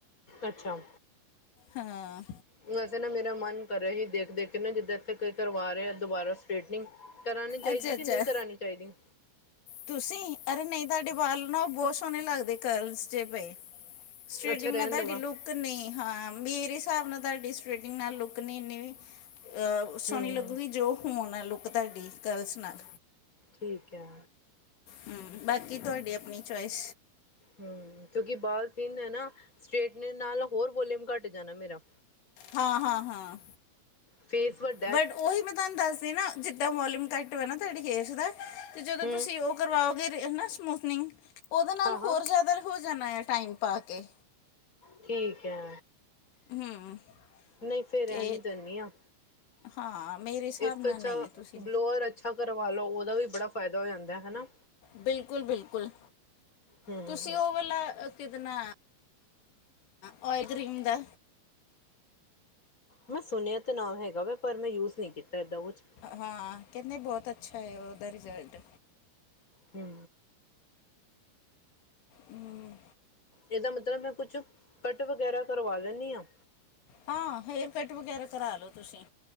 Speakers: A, on the left; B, on the left.
A: ਅੱਛਾ
B: ਹਾਂ
A: ਵੈਸੇ ਨਾ ਮੇਰਾ ਮਨ ਕਰ ਰਿਹਾ ਈ ਦੇਖ ਦੇਖ ਕੇ ਨਾ ਜਿੱਦਾਂ ਇੱਥੇ ਕੋਈ ਕਰਵਾ ਰਿਹਾ ਦੁਬਾਰਾ ਸਟੇਟਿੰਗ ਕਰਾਨੀ ਚਾਹੀਦੀ
B: ਅੱਛਾ
A: ਈ
B: ਅੱਛਾ
A: ਕਿ ਨਹੀਂ ਕਰਾਨੀ ਚਾਹੀਦੀ ਈ
B: ਤੁਸੀਂ ਅਰੇ ਨਹੀਂ ਤਾਡੇ ਬਾਲ ਨਾ ਉਹ ਬਹੁਤ ਸੋਹਣੇ ਲੱਗਦੇ ਕਰਲਸ ਪਏ ਸਟ੍ਰੀਟਿੰਗ
A: ਅੱਛਾ ਰਹਿਣ
B: ਨਾਲ ਤਾਡੀ
A: ਦੇਵਾਂ
B: ਲੂਕ ਤਾ ਨੀ ਹਾਂ ਮੇਰੇ ਹਿਸਾਬ ਨਾਲ ਤਾਡੀ ਸਟਿੰਗ ਮੇਮ ਲੁੱਕ ਨਹੀਂ ਇੰਨੀ ਵੀ ਆਹ ਸੋਹਣੀ
A: ਹੂੰ
B: ਲੱਗੁਗੀ ਜੋ ਹੁਣ ਐ ਲੁੱਕ ਤਾਡੀ ਕਰਲਸ ਨਾਲ
A: ਠੀਕ ਐ
B: ਹੂ ਬਾਕੀ ਤੁਹਾਡੀ ਆਪਣੀ ਚੁਆਇਸ
A: ਹੂ ਕਿਉਂਕਿ ਬਾਲ ਪਿਨ ਐ ਨਾ ਸਟੇਟ ਨਾਲ ਹੋਰ ਵੋਲੀਮ ਘੱਟ ਜਾਣਾ ਮੇਰਾ
B: ਹਾਂ ਹਾਂ ਹਾਂ
A: ਫੀ ਫੁਅਡ
B: ਬਟ ਉਹੀ ਮੈਂ ਤਾ ਨੂੰ ਦੱਸਦੀ ਨਾ ਜਿੱਦਾਂ ਵੋਲਿਮ ਘੱਟ ਹੋਵੇ ਨਾ ਤੁਹਾਡੀ ਫੇਸ ਦਾ ਤੇ ਜਦੋਂ
A: ਹੂੰ
B: ਤੁਸੀਂ ਉਹ ਕਰਵਾਓਗੇ ਨਾ ਹਨਾ ਸਮੂਥਨਿੰਗ, ਉਹਦੇ ਨਾਲ
A: ਹਾਂ ਹਾਂ
B: ਹੋਰ ਜ਼ਿਆਦਾ ਹੋ ਜਾਣਾ ਆ ਟਾਈਮ ਪਾ ਕੇ।
A: ਠੀਕ ਐ,
B: ਹਮ
A: ਨਹੀਂ ਫੇਰ
B: ਤੇ
A: ਰਹਿਣ ਹੀ ਦਿੰਨੀ ਆ।
B: ਹਾਂ। ਮੇਰੇ ਹਿਸਾਬ
A: ਇਸ
B: ਨਾਲ
A: ਤੋਂ ਅੱਛਾ
B: ਨਹੀਂ ਤੁਸੀਂ
A: ਬਲੋਰ ਅੱਛਾ ਕਰਵਾ ਲਓ ਉਹਦਾ ਵੀ ਬੜਾ ਫਾਇਦਾ ਹੋ ਜਾਂਦਾ ਹਨਾ।
B: ਬਿਲਕੁਲ-ਬਿਲਕੁਲ,
A: ਹੂੰ
B: ਤੁਸੀਂ ਉਹ ਵਾਲਾ ਕਿਹਦੇ ਨਾਲ ਓਇਲ ਕਰ੍ਰੀਮ ਦਾ
A: ਮੈਂ ਸੁਣਿਆ ਤਾਂ ਨਾ ਹੈਗਾ ਵਾ ਪਰ ਮੈਂ ਯੂਜ ਨਹੀਂ ਕੀਤਾ ਏਦਾਂ ਕੁਛ।
B: ਹਾਂ ਕਹਿੰਦੇ ਬਹੁਤ ਅੱਛਾ ਹੈ ਉਹਦਾ ਰਿਜ਼ਲਟ।
A: ਹੂੰ
B: ਹੂੰ
A: ਇਹਦਾ ਮਤਲਬ ਮੈਂ ਕੁਛ, ਕੱਟ ਵਗੈਰਾ ਕਰਵਾ ਲੈਂਨੀ ਆ।
B: ਹਾਂ ਹੇਅਰਕੱਟ ਵਗੈਰਾ ਕਰਾ ਲੋ ਤੁਸੀਂ।